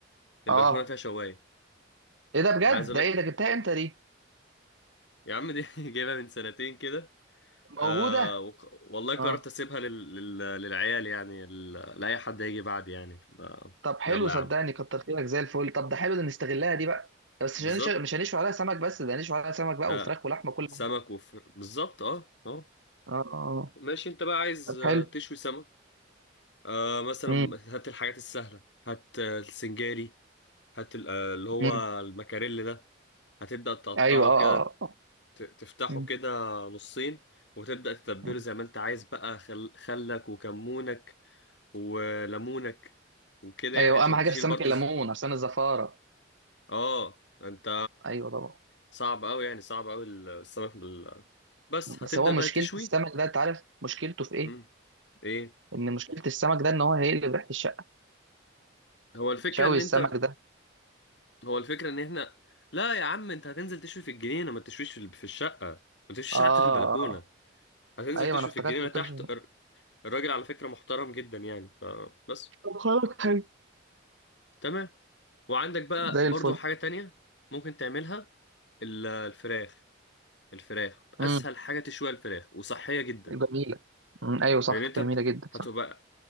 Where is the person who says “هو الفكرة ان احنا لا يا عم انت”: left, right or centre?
Left